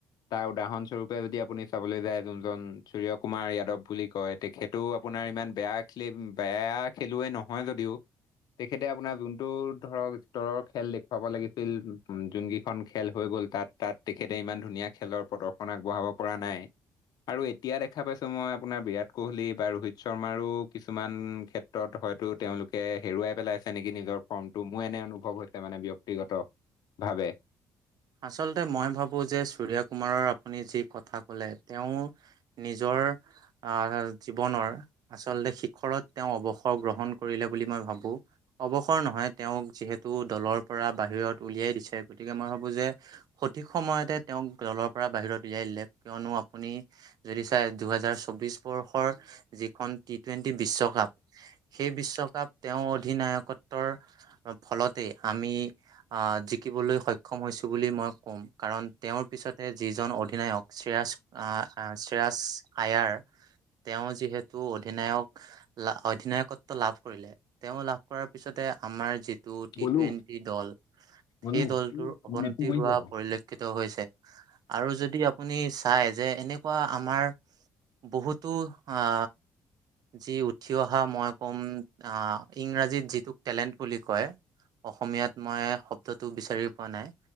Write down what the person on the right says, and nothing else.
আচলতে মই ভাবোঁ যে সূৰ্য কুমাৰৰ আপুনি যি কথা ক'লে তেওঁ নিজৰ আ জীৱনৰ আচলতে শিখৰত তেওঁ অৱসৰ গ্ৰহণ কৰিলে বুলি মই ভাবোঁ। অৱসৰ নহয় তেওঁক যিহেতু দলৰ পৰা বাহিৰত উলিয়াই দিছে গতিকে মই ভাবো যে সঠিক সময়তে তেওঁক দলৰ পৰা বাহিৰত উলিয়াই দিলে, কিয়নো আপুনি যদি চাই দুহেজাৰ চৌবিশ বৰ্ষৰ যিখন টি টুৱেণ্টি বিশ্বকাপ সেই বিশ্বকাপ তেওঁ অধিনায়কত্বৰ ফলতে আমি আহ জিকিবলৈ সক্ষম সক্ষম হৈছোঁ বুলি মই ক'ম, কাৰণ তেওঁৰ পিছতে যিজন অধিনায়ক চিৰাজ আ চিৰাজ আয়াৰ তেওঁ যিহেতু অধিনায়ক অধিনায়কত্ব লাভ কৰিলে, তেওঁ লাভ কৰাৰ পিছতে আমাৰ যি টো টি
টুৱেন্টি দল
সেই দলটোৰ অৱন্তি
হোৱা
পৰিলক্ষিত হৈছে আৰু যদি আপ আপুনি চাই যে এনেকুৱা আমাৰ বহুতো আ যি উঠি অহা মই ক'ম আ ইংৰাজীত যিটো টেলেণ্ট বুলি কয়। অসমীয়াত মই শব্দটো বিচাৰি পোৱা নাই